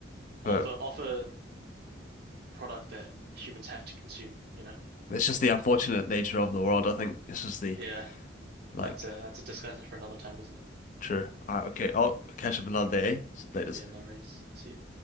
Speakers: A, on the left; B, on the right.
A: but
B: offer offer product that humans have to consume? You know?
A: it's just the unfortunate nature of the world. I think it's just the
B: Yeah,
A: like
B: but that's a that's a discussion for another time, isn't it?
A: true. All right, okay, I'll catch up another day. eh? Later.
B: Yeah, no worries. I'll see you.